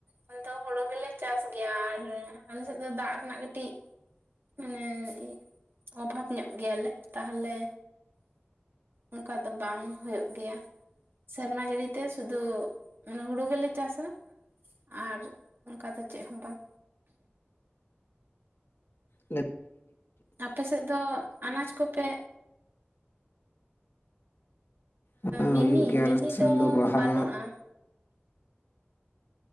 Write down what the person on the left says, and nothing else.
<unintelligible>
ᱦᱮᱸ
ᱦᱩᱭᱩᱜ ᱜᱮᱭᱟ
ᱟᱞᱮ ᱥᱮᱱ ᱫᱚ ᱵᱟᱦᱟ,